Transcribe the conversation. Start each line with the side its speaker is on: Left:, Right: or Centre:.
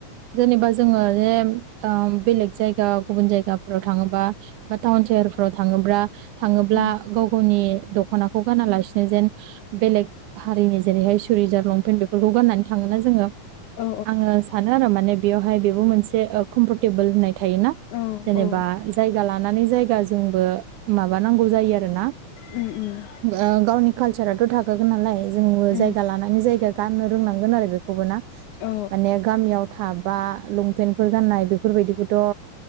Right: जेनेबा जोङो एम ओम बेलेग जायगा गुबुन जायगाफोराव थाङोबा बा टाउन सहेर फ्राव थाङोब्रा थाङोब्ला
Left: उम
Right: गाव गावनि दखनाखौ गानालासिनो जेन बेलेग हारिनि जेरैहाय सुरिजार लंपेन्ट बेफोरखौ गाननानै थाङो ना जोङो
Left: औ
Right: आङो सानो आरो माने बेयावहाय बेबो मोनसे ओ कमफर्टेबोल होननाय थायोना
Left: औ
Right: जेनेबा
Left: औ
Right: जायगा लानानै जायगा जोंबो माबानांगौ जायो आरो ना।
Left: उम उम
Right: आ गावनि कालसाराथ' थाखागोन नालाय जोंबो
Left: उम
Right: जायगा लानानै जायगा गाननो रोंनांगोन आरो बेखौबो ना
Left: औ
Right: माने गामियाव थाब बा लंपेन्टफोर गान्नाय बेफोरबायदिखौथ' ओ